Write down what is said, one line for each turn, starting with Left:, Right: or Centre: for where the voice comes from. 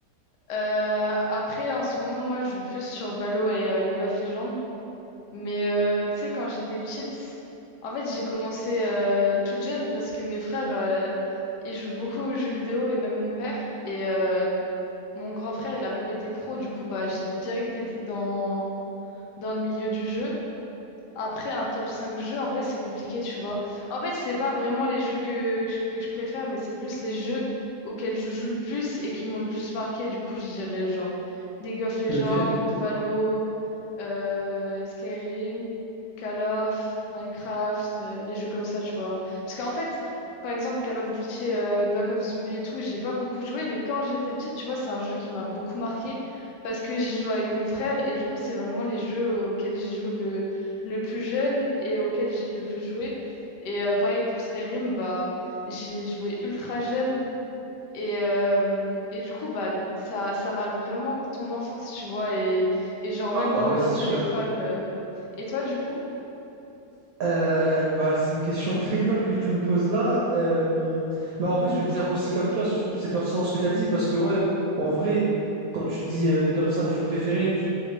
Left: Euh, après, en ce moment, moi, je joue plus sur Valo et euh, League of Legends. Mais euh, tu sais, quand j'étais petite, en fait, j'ai commencé euh, toute jeune parce que mes frères, euh, ils jouent beaucoup aux jeux vidéo et même mon père. Et euh, mon grand frère, il a même été pro. Du coup, bah, j'ai direct été dans, dans le milieu du jeu. Après, un top 5 jeux, en vrai, c'est compliqué, tu vois. En fait, c'est pas vraiment les jeux que, que je préfère, mais c'est plus les jeux auxquels je joue le plus et qui m'ont le plus marqué. Du coup, je dirais genre League of Legends,
Right: Ok.
Left: Valo, euh, Skyrim, Call of, Minecraft, euh, les jeux comme ça, tu vois. Parce qu'en fait, par exemple, Call of Duty, euh, Black Ops Zombie et tout, j'ai pas beaucoup joué, mais quand j'étais petite, tu vois, c'est un jeu qui m'a beaucoup marqué parce que j'ai joué avec mon frère et du coup, c'est vraiment les jeux euh, auxquels j'ai joué le plus jeune et auquel j'ai le plus joué. Et euh, pareil pour Skyrim, bah, j'ai joué ultra jeune. Et, euh, et du coup, bah, ça, ça marque vraiment ton enfance, tu vois. Et, et genre,
Right: Ah
Left: même
Right: bah
Left: l'ambiance,
Right: ouais, c'est sûr.
Left: elle est folle. euh. Et toi, du coup?
Right: Euh, bah, c'est une question très dure que tu me poses là. Euh, bah, en vrai, je vais te dire aussi comme toi, je trouve que c'est pertinent ce que tu as dit parce que, ouais, en vrai, quand tu dis euh, top 5 jeux préférés, tu